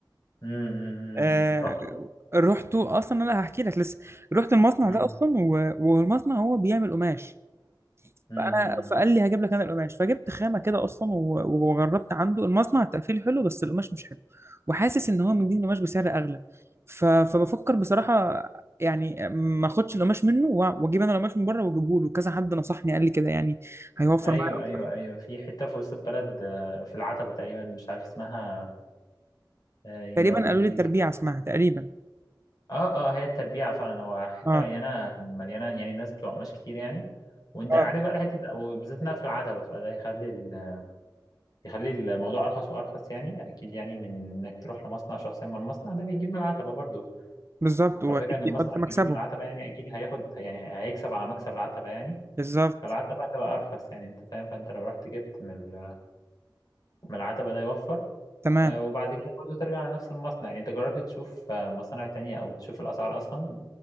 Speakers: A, on the left (about 55°); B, on the right (about 35°).
A: امم امم، امم،
B: آه
A: امم. رحتوا
B: رحت اصلا انا هحكي لك لسه رحت المصنع
A: امم
B: ده اصلا و... والمصنع هو بيعمل قماش
A: امم،
B: فانا
A: امم، امم.
B: فقال لي هجيب لك انا القماش فجبت خامه كده اصلا و- وجربت عنده المصنع التقفيل حلو بس القماش مش حلو وحاسس ان هو مديني قماش بسعر اغلى ف... فبفكر بصراحه يعني ما اخدش القماش منه وأ- واجيب انا القماش من بره واجيبه له كذا حد نصحني قال لي كده يعني هيوفر
A: ايوه
B: معايا اكتر
A: ايوه ايوه في حته في وسط البلد آه، في العتبه تقريبا مش عارف اسمها آه، يا
B: تقريبا
A: ربي
B: قالوا لي التربيع
A: كان
B: اسمها
A: اسمها
B: تقريبا
A: اه اه هي التربيع فعلا هو حته
B: اه
A: مليانه مليانه يعني الناس بتوع قماش كتير يعني وانت
B: اه
A: عارف بقى الحته وبالذات انها في العتبه فده يخلي ال... يخلي الموضوع ارخص وارخص يعني اكيد يعني من انك تروح لمصنع شخصيا ما المصنع ده بيجيب من العتبه برضه
B: بالظبط واكيد
A: فالفكره ان المصنع
B: بيحط
A: اللي
B: مكسبه
A: بيجيب من العتبه يعني اكيد هياخد يعني هيكسب على مكسب العتبه يعني
B: بالظبط
A: فالعتبه هتبقى ارخص يعني انت فاهم فانت لو رحت جبت من ال- من العتبه ده يوفر
B: تمام
A: آه، وبعد كده برضو ترجع على نفس المصنع يعني انت جربت تشوف آه، مصانع تانية او تشوف الاسعار اصلا